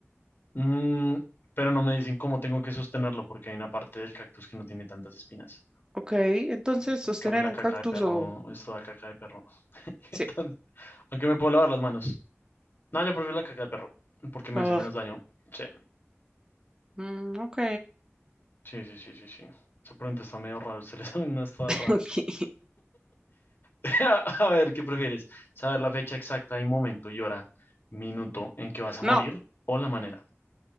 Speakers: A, on the left; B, on the right.
A: Mm, pero no me dicen cómo tengo que sostenerlo porque hay una parte del cactus que no tiene tantas espinas.
B: Ok. Entonces, sostener
A: En Cambio la
B: un
A: caca
B: cactus
A: de perro,
B: o...
A: es toda caca de perro. <laughs> Entonces,
B: Sí.
A: aunque me puedo lavar las manos. No, yo prefiero la caca de perro porque me
B: Ugh.
A: hace menos daño. Sí.
B: Mm, ok.
A: Sí, sí, sí, sí, sí. Esa pregunta está medio rara. Ustedes saben <laughs> unas todas
B: <laughs>
A: raras. <laughs> A ver, ¿qué prefieres? ¿Saber la fecha exacta y momento y hora, minuto en que vas a
B: No.
A: morir o la manera?